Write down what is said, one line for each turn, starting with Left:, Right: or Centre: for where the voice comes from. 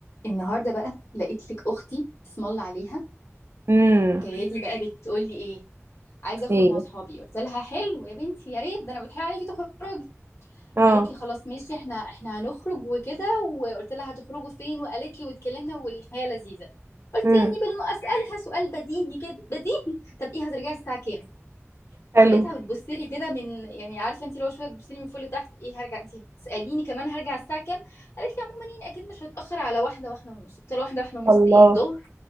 Left: النهارده بقى لقيت لك اختي اسم الله عليها
Right: امم
Left: جايه لي بقى مم. بتقول لي ايه عايزه اخرج
Right: ايه
Left: مع اصحابي قلت لها حلو يا بنتي يا ريت ده انا بتحايل عليكي تخرجي
Right: اه
Left: قالت لي خلاص ماشي احنا احنا هنخرج وكده وقلت لها هتخرجوا فين وقالت لي واتكلمنا والحياه لذيذه قلت
Right: امم
Left: يعني بالم اسالها سؤال بديهي كده بديهي طب ايه هترجعي الساعه كام
Right: حلو
Left: لقيتها بتبص لي كده من يعني عارفه انت لو شويه بتبص لي من فوق لتحت ايه هرجع انت بتساليني كمان هرجع الساعه كام قالت لي عموما يعني اكيد مش هتاخر على واحده واحده ونص قلت لها واحده واحده ونص
Right: الله
Left: ايه الظهر